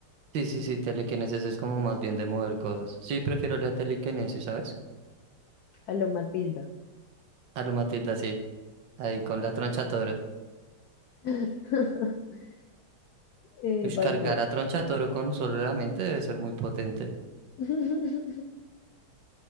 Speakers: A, on the right; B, on the left.
A: sí, sí, sí, telequinesis es como más bien de mover cosas. Sí, prefiero la telequinesis, ¿sabes?
B: A lo Matilda.
A: A lo Matilda, sí. Ahí con la troncha toro.
B: <laughs> Eh,
A: Ush,
B: vas
A: cargar
B: vos.
A: a troncha toro con solo la mente debe ser muy potente.
B: <laughs>